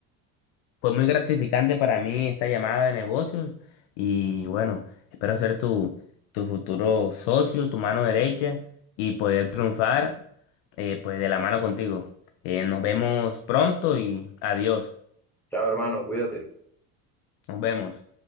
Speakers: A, on the left; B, in the centre.
A: Fue muy gratificante para mí esta llamada de negocios y bueno, espero ser tu, tu futuro socio, tu mano derecha y poder triunfar eh, pues de la mano contigo. Eh, nos vemos pronto y adiós.
B: Chao, hermano, cuídate.
A: Nos vemos.